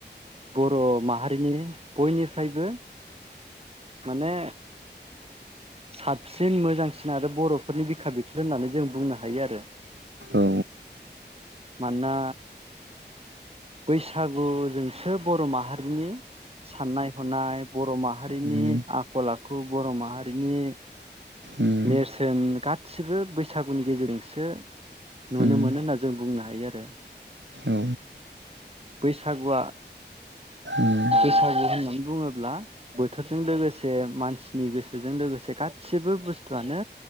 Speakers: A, on the right; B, on the right.
A: बर' माहारिनि बयनि फ्रायबो माने साबसिन मोजांसिन आरो बर 'फोरनि बिखा बिख्लो होननानै जों बुंनो हायो आरो।
B: औ
A: मानोना बैसागु जोंसो बर' माहारिनि साननाय हनाय बर' माहारिनि
B: उम
A: आखल आखु बर' माहारि बिनो
B: उम
A: नेरसोन गादसिबो बैसागुनि गेजेर जोंसो नुनो
B: उम
A: मोनो होनना जों बुंनो हायो आरो,
B: औ उम औ
A: बैसागुआ
B: उम
A: बैसागु होननानै बुङोब्ला बोथोरजों लोगोसे मानसिनि गोसोजों लोगोसे गासिबो बु थु आनो